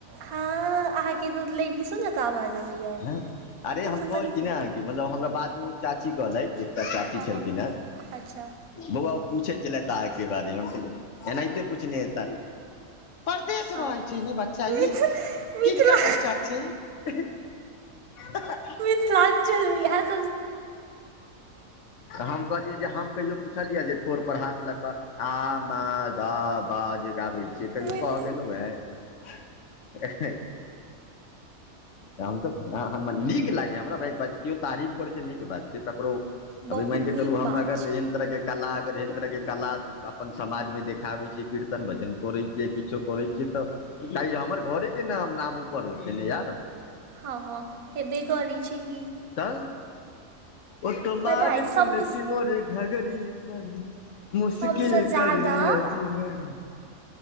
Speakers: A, on the right; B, on the left.
A: हँ अहाँके लेडीजो जेका आबाज आबै ये
B: न हँ अरे
A: तखन
B: हम कहै
A: त निके
B: छी ने अहाँके मतलब हमरा बादमे ओ चाची कहलथिजे एकटा चाची
A: हँ
B: छलखिन
A: हँ
B: ये
A: अच्छा
B: बौआ पूछै छलैथ आहा के बारे में एनाहिते पूछने हेता परदस
A: हँ
B: रहै छै ने बच्चा
A: मिथ
B: ई
A: मिथिला
B: किनकर बच्चा छैन <inaudible>
A: चिल्लाती किये हेत
B: हम कहलियै जे हम कहिो पुछलियै जे ठर पर हाथ लऽ कऽ आ म द बा जे गाबै छियै सेकहियो
A: मिथ-
B: कह गेलहुँ ये हम तऽ नीक लागै हमरा भय बाजीयौ तारीफ करै छि नीक बात छैय ककरो अभी
A: बहुत
B: मन
A: नीक
B: चलू हम
A: बात
B: अगर
A: छै
B: एहन तरह के कला आगर सयंत्रके कला अपन समाजमे देखाबैत छियै कीर्तन भजन करैत छियै किछो करैत छियै तऽ नई हमर घरे के नाम नाम उऊपर होइ छै ने यार
A: हँ हँ ऐबै करै छि कि
B: त ओ तऽ मारिलेतेलले
A: पता अइ सब
B: मोरे घघरी पर मुशकिल
A: सबसँ
B: करि
A: ज्यादा
B: दििया जिने में